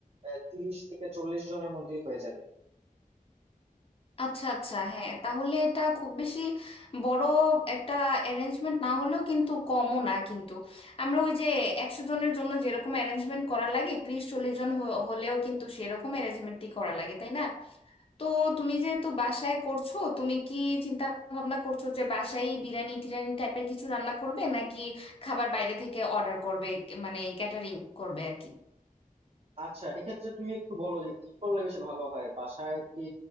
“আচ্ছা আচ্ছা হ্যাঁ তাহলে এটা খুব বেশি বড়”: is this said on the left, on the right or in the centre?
Left